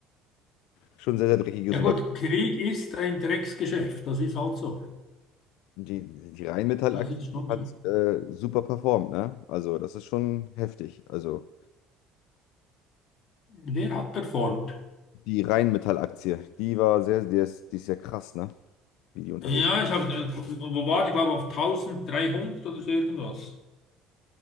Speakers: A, on the left; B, on the left.
A: schon sehr, sehr dreckiges
B: Ja
A: Unterfangen.
B: gut, Krieg ist ein Drecksgeschäft. Das ist halt so.
A: Die, die Rheinmetall-Aktie
B: Das ist schon
A: hat
B: so.
A: äh, super performt, ne? Also das ist schon heftig. Also
B: Wer hat performt?
A: die Rheinmetall-Aktie, die war sehr, die ist, die ist ja krass, ne? Wie die unterwegs.
B: Ja, ich habe, wo war ich, glaube auf 1300 oder so irgendwas.